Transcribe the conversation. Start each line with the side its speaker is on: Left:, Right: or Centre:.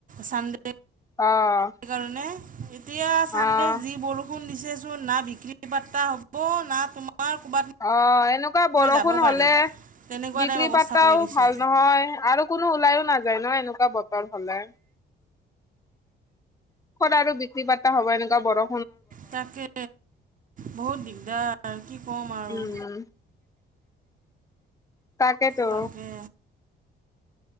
Right: চান্ডে
Left: অ'।
Right: কাৰণে। এতিয়া চান্ডে
Left: অ'
Right: যি বৰষু ন দিছেচোন না বিক্ৰী পাৰ্তা হ'ব না তোমাৰ ক'ৰবাত
Left: অ', এনেকুৱা বৰষুণ
Right: মই যাব
Left: হ'লে
Right: পাৰিম তেনেকুৱা
Left: বিক্ৰী
Right: টাইপ অৱস্থা
Left: পাৰ্তাও
Right: কৰি দিছে
Left: ভাল নহয় আৰু কোনো ওলাইও নাযায় ন এনেকুৱা বতৰ হ'লে। ক'ত আৰু বিক্ৰী পাৰ্ত হ'ব এনেকুৱা বৰ
Right: তাকে বহুত দিগদাৰ কি ক'ম আৰু।
Left: উম, তাকেতো।
Right: তাকে